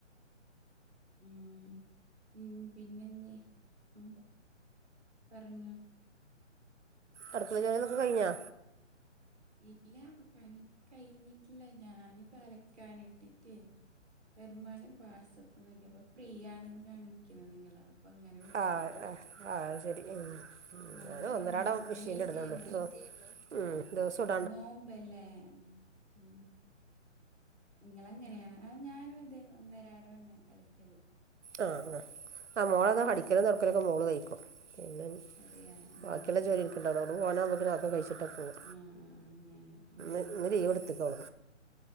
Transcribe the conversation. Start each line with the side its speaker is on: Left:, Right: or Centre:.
Centre: ഉം ഉ പിന്നെ എന്താ ഉ പറഞ്ഞോ
Right: അടുക്കള ജോലിന്നൊക്കെ കഴിഞ്ഞാ
Centre: ഇല്ലപ്പൊക്കനി കഴിഞ്ഞിട്ടില്ല ഞൻ അലക്കാനിട്ടിട്ടേ വരുമ്പാണ് വാട്സപ്പ് നോക്കിയ അപ്പൊ ഫ്രീ ആണെന്ന് കാണിക്കുന്നത് നിങ്ങളാ അങ്ങനെ വിളിച്ചത്
Right: ആഹ ആ ആ ശരി ഉ
Centre: ഒന്നും
Right: ഞൻ
Centre: കഴിഞ്ഞില്ല
Right: ഒന്നരട
Centre: ഇപ്പണീറ്റേള്ളു
Right: മെഷീൻ ഇടലണ്ടോ ഉം അ
Centre: നോമ്പല്ലേ ഉ നിങ്ങള അങ്ങനെയാണ് അ ഞാനും ഇത് അന്നരാട വണ് ഇലിക്കല്
Right: ആഹ് ആ് ആ മോളത ഹടിക്കല തുൊറക്കലൊക്കെ മോള് തയ്ിക്കും പിന്നെ
Centre: അതെയാ ഉം
Right: ബാക്കിയുള്ള ജോലി
Centre: ഉം
Right: എനക്ക ഉണ്ടാവ അവിടെ പോകണ നുമുക്കക്ക്െ ആക്ക കഴിച്ചിട്ടുണ്ട് പോവാ
Centre: ആഹ് ആഹ് അങ്ങനെ ഉം
Right: ഇ ഇ രീവ എടുത്തി പോള